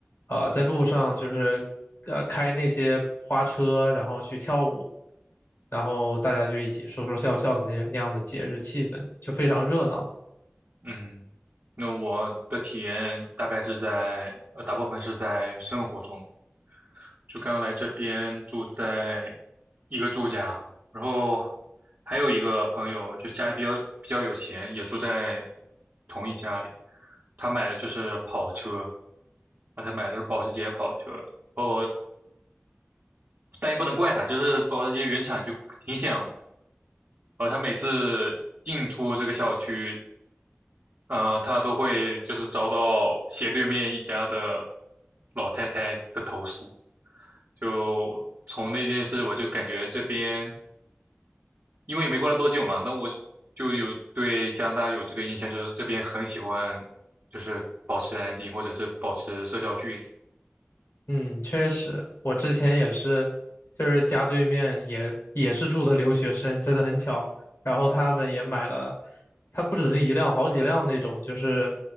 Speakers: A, on the left (about 65°); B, on the right (about 60°).
A: 呃，在路上就是呃开那些花车，然后去跳舞，然后大家就一起说说笑笑的那那样的节日气氛，就非常热闹。
B: 嗯，嗯那我的体验大概是在，呃，大部分是在生活中。就刚来这边住在一个住家，然后还有一个朋友，就家里比较比较有钱，也住在同一家里。他买的就是跑车，啊，他买的是保时捷跑车。哦，但也不能怪他，就是保时捷原厂就挺响的。呃，他每次进出这个小区，呃，他都会就是遭到斜对面一家的老太太的投诉。就从那件事，我就感觉这边因为也没过了多久嘛，那我就有对加拿大有这个印象，就是这边很喜欢，就是保持安静或者是保持社交距离。
A: 嗯，确实，我之前也是，就是家对面也也是住的留学生，真的很巧。然后他们也买了，他不只是一辆，好几辆那种，就是